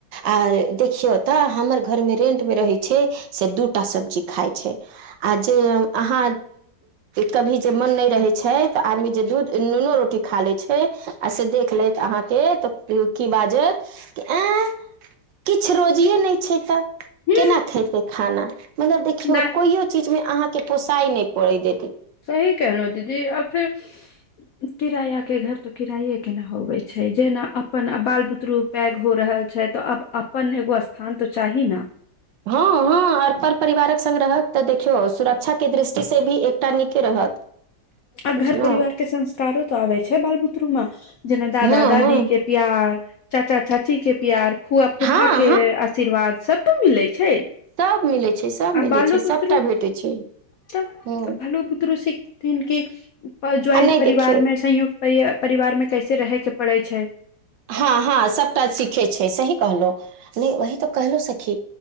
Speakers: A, on the right; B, on the left.
A: आ देखियौ तऽ हमर घरमे रेंटमे रहै छै से दू टा सब्जी खाई छै आजे अहाँ कभी जे मन नहि रहै छै तऽ आदमी जे दूध नूनोू रोटी खा लै छै आ से देख लेत अहाँके तऽ की बाजत कि ऐं किछु रोजिए नहि छै तऽ
B: ह
A: केना खेतै खाना मगर देखियौ
B: नहि
A: कोइयो चीजमे अहाँके पोसाइ नहि परि देैतै
B: सही कहलहु दीदी आ फेर किराया के घर तो किराये के ने होबै छै जेना अपन बाल बुतरु पैघ हो रहल छै तऽ अब अपन एगो स्थान तो चाही ने
A: हँ हँ आओर पर परिवारक संगरहत तऽ देखियौ सुरक्षा के दृष्टि से भी एकटा नीके रहत
B: आ
A: बुझलहुँ
B: घर परिवार के संस्कारो तऽ आबे छै बाल बुतरु मे जेना दादा
A: हँ
B: दादी
A: हँ
B: के प्यार चाचा चाची के प्यार फुआ फूफा
A: हँ
B: के आशीर्वाद स्तू मिलैत छै
A: सभ मिलै छै सब
B: आ
A: मिलै
B: बालो
A: छै
B: बुतरु
A: सभटा भेटै छै
B: तऽ
A: हँ
B: बालो बुतरू सिखथिन क ज्वइंट
A: आ नहि देखियौ
B: परिवार मे संयुक्त परि परिवारमे कैसे रहैके पड़ै छै
A: हँ हँ सभटा सीखै छै सही कहलहु नहि वही तऽ कहलहुँ सखी